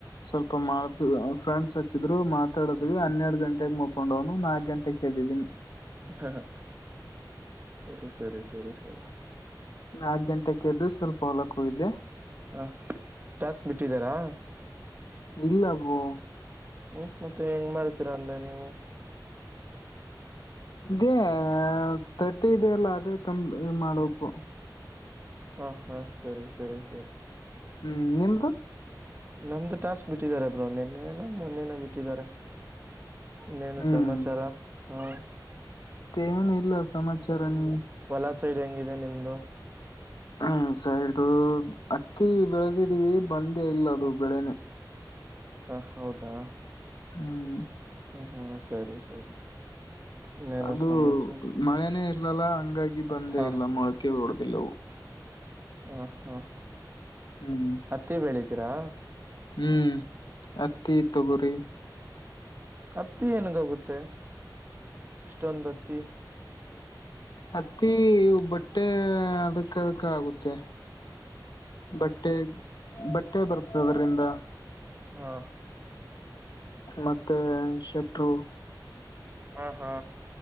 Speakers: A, on the left (about 65°); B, on the right (about 25°).
A: ಸ್ವಲ್ಪ ಮಾತ್ ಫ್ರೆಂಡ್ಸ್ ಹಚ್ಚಿದ್ರು ಮತ್ ಡದ್ವಿ
B: ಹ್ಮ್
A: ಹನ್ನೆರಡು ಗಂಟೆಗೆ ಮುಕೊಂಡವ್ ನಾಕ್ ಗಂಟೆಗೆ ಎದ್ದಿದೀನಿ
B: ಹ ಸರಿ ಸರಿ ಸರಿ ಸರಿ
A: ನಾಲ್ಕು ಗಂಟೆೆಗೆದ್ದು ಸ್ವಲ್ಪ ಹೊಲಕ್ ಹೋಗಿದ್ದೆ
B: ಹ ಟಾಸ್ಕ್ ಬಿಟ್ಟಿದ್ದಾರಾ
A: ಇಲ್ಲ ಬ್ರೋ
B: ಹ್ಮ್ ಮತ್ತೆ ಹೆಂಗ್ ಮಾಡ್ತೀರಾ ಅಂದೇ ನೀವು
A: ಇದೇ ತಟ್ಟೆ ಇದೆ ಅಲ್ಲ ಅದೇ ತಂದು ಮಾಡ್ಬೇಕು
B: ಹಾ ಹಾ ಸರಿ ಸರಿ ಸರಿ
A: ಹ್ಮ್ ನಿಮ್ಮದು
B: ನಮ್ದು ಟಾಸ್ಕ್ ಬಿಟ್ಟಿದ್ದಾರೆ ಬ್ರೋ ನೆನ್ನೆನೋ ಮೊನ್ನೆನೋ ಬಿಟ್ಟಿದ್ದಾರೆ ಇನೇನು
A: ಹ್ಮ್
B: ಸಮಾಚಾರ ಹಾ
A: ಮತ್ತೆ ಏನು ಇಲ್ಲ ಸಮಾಚಾರ ನೀ
B: ಹೊಲಾ ಸೈಡ್ ಹೆಂಗಿದೆ ನಿಮ್ದು
A: ಹ್ಮ ಸೈಡ್ ಹತ್ತಿ ಬೆಳೆದಿದೀವಿ ಬಂದೇ ಇಲ್ಲ ಅದು
B: ಹ
A: ಬೆಳೆನೆ
B: ಹ ಹೌದಾ
A: ಹ್ಮ
B: ಹ ಹ ಸರಿ ಸರಿ ಇನ್ನೇನು
A: ಅದು
B: ಸಮಾಚಾರ
A: ಮಳೆನೇ ಇರ್ಲಲ್ಲ ಹಂಗಾಗಿ ಬಂದೇ
B: ಹಾ
A: ಇಲ್ಲ ಮೊಳಕೆ ಹೊಡದಿಲ್ಲವು
B: ಹ ಹಾ
A: ಹ್ಮ್
B: ಹತ್ತಿ ಬೆಳಿದ್ದೀರಾ
A: ಹ್ಮ್ ಹತ್ತಿ ತೊಗೊರಿ
B: ಅತ್ತಿ ಏನಗೋಗುತ್ತೆ ಅಷ್ಟೊಂದ್ ಅತ್ತಿ
A: ಅತ್ತಿ ಬಟ್ಟೆ ಅದಕ್ಕ ಅದಕ್ಕ ಆಗುತ್ತೆ ಬಟ್ಟೆ ಬಟ್ಟೆ ಬರ್ತದೆ ಅದರಿಂದ
B: ಹಾ
A: ಮತ್ತೆ ಶೆಟ್ರು
B: ಹಾ ಹಾ